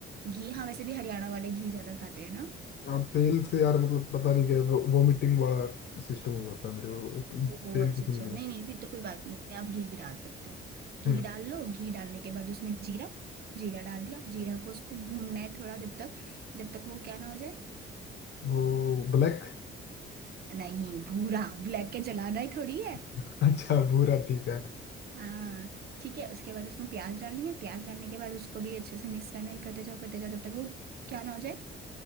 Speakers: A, on the right (about 55°); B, on the left (about 60°).
A: घी हाँ वैसे भी हरियाणा वाले घी ज्यादा खाते हैं ना
B: हाँ, तेल से यार मतलब पता नहीं क्या वो, वोमिटिंग वाला सिस्टम हो जाता है मेरे को तो
A: ओह
B: तेल
A: अच्छा
B: कुछ
A: अच्छा
B: नहीं
A: नहीं
B: है
A: नहीं फिर तो कोई बात नहीं आप घी भी डाल सकते हो घी
B: हम्म
A: डाल लो घी डालने के बाद उसमें जीरा जीरा डाल दिया जीरा को उसको भूनना है थोड़ा जब तक जब तक वो क्या ना हो जाए
B: वो ब्लैक
A: नहीं भूरा ब्लैक के जलाना ही थोड़ी है
B: <laughs> अच्छा भूरा ठीक है
A: हाँ ठीक है उसके बाद उसमें प्याज डालनी है प्याज डालने के बाद उसको भी अच्छे से मिक्स करना है करते जाओ करते जाओ जब तक वो क्या ना हो जाए